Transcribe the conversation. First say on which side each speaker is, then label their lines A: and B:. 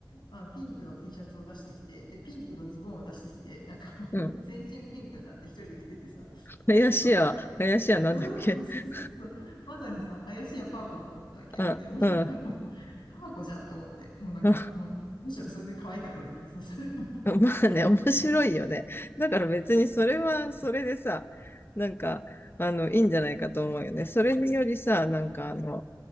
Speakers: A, on the left; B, on the left.
A: まあ、ピンクの T シャツを出してきて、で、ピンクのズボンを出してきて、なんかもう全身ピンクになって一人で着ててさ、
B: うん。林家、
A: なんかさ、も
B: 林家なんだっけ。
A: う、うーんそうそうそうまさにさ、
B: <laughs>
A: 林家パーコだと思ったわけ。
B: あ、
A: で、もうなんか、
B: うん。あ
A: パーコじゃんと思って、もうなんか、
B: <laughs>
A: まあ、むしろそれで可愛かったんだけどさ、それが
B: まあね、面白いよね。だから別にそれはそれでさ、なんか、あの、いいんじゃないかと思うよね。それによりさ、なんかあの、